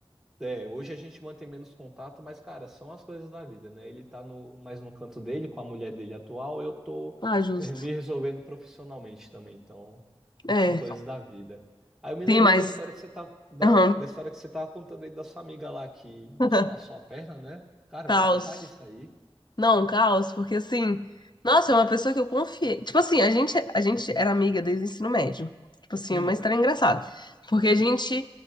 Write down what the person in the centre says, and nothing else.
é, hoje a gente mantém menos contato, mas, cara, são as coisas da vida, né? Ele tá no, mais no canto dele, com a mulher dele atual, eu tô
me me resolvendo profissionalmente também. Então,
são coisas da vida. Aí eu me
lembrei
da história que você tá, da,
da história que você tava contando aí da sua amiga lá que
te passou a perna, né? Cara,
muito palha isso aí.
Hum,